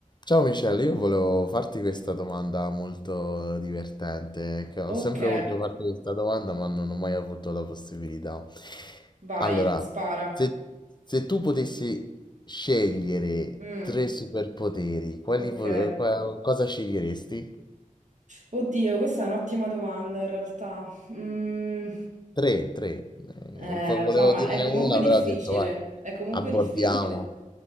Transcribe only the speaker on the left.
Ciao Michele, io volevo farti questa domanda molto divertente, che ho
sempre voluto farti questa domanda, ma non ho mai avuto la possibilità.
Allora,
se, se tu potessi scegliere
tre superpoteri, quali,
vo- qua- cosa sceglieresti?
Tre, tre. Eh,
un po' volevo
dirne
una,
però ho detto, vai,
abordiamo.